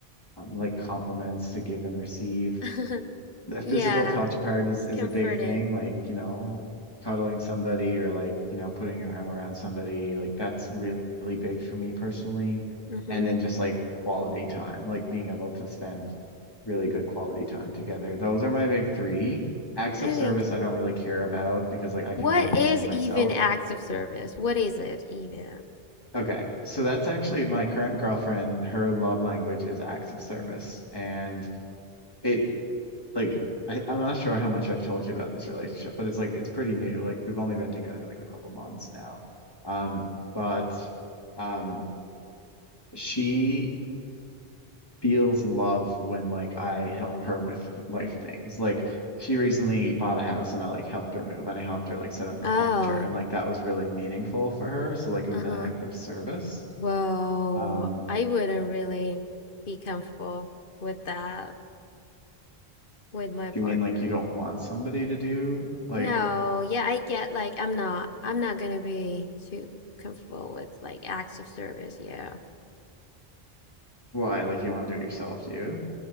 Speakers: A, on the left; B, on the left.
A: um, like compliments to give and receive
B: <laughs>
A: the physical
B: Yeah.
A: touch part is
B: It's
A: is
B: comforting.
A: a big thing like you know cuddling somebody or like you know putting your arm around somebody like that's really big for me personally
B: Mm-hmm.
A: and then just like quality time like being able to spend really good quality time together those are my big 3 acts
B: I
A: of service
B: think
A: I don't really care about because like I
B: what
A: can do things
B: is
A: for myself
B: even acts of service? What is it even?
A: okay so that's actually my current girlfriend her love language is acts of service and it like I, I'm not sure how much I've told you about this relationship, but it's like it's pretty new. Like we've only been together like a couple months now. Um, but um she feels love when like I help her with life things. Like she recently bought a house and I like helped her move and I helped her like set up her
B: Oh.
A: furniture and like that was really meaningful for her. So like it was
B: Uh-huh.
A: an act of service.
B: Well,
A: Um,
B: I wouldn't really be comfortable with that with my
A: you
B: partner.
A: mean like you don't want somebody to do like
B: No, yeah, I get like I'm not I'm not gonna be too comfortable with like acts of service, yeah.
A: why? Like you want to do it yourself, do you?